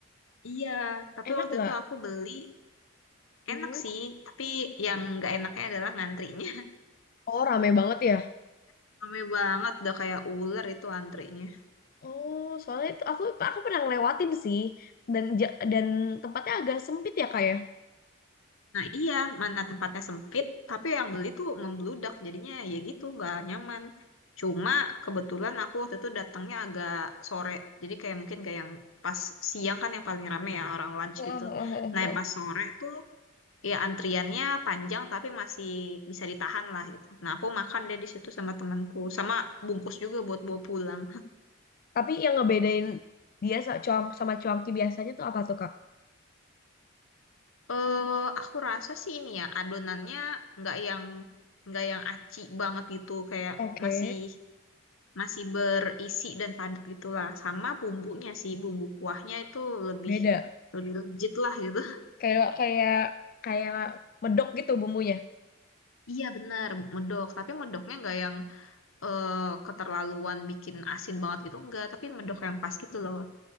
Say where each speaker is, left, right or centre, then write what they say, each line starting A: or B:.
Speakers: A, on the left; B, on the left.
A: Iya, tapi
B: Enak
A: waktu
B: nggak?
A: itu aku beli
B: Hmm.
A: enak sih, tapi yang nggak enaknya adalah ngantrinya.
B: Oh rame banget ya.
A: <laughs> Rame banget, udah kayak ular itu antrinya.
B: Oh soalnya itu aku aku pernah ngelewatin sih dan ja- dan tempatnya agak sempit ya Kak ya.
A: Nah iya, mana tempatnya sempit, tapi yang beli tuh membludak, jadinya ya gitu, nggak nyaman. Cuma kebetulan aku waktu itu datangnya agak sore, jadi kayak mungkin kayak yang pas siang kan yang paling rame ya orang lunch
B: <laughs>
A: gitu. Nah yang pas sore tuh ya antriannya panjang tapi masih bisa ditahan lah gitu. Nah aku makan deh di situ sama temanku, sama bungkus juga buat bawa pulang.
B: Tapi yang ngebedain dia sa- cuan- sama cuanki biasanya tuh apa tuh Kak?
A: Eh aku rasa sih ini ya adonannya nggak yang nggak yang aci banget gitu, kayak
B: Oke,
A: masih masih berisi dan padat gitulah sama bumbunya sih bumbu kuahnya itu lebih
B: beda.
A: lebih legit lah gitu
B: Kayak kayak kayak medok gitu bumbunya.
A: <laughs> iya bener medok tapi medoknya nggak yang eh, keterlaluan bikin asin banget gitu enggak tapi medok yang pas gitu loh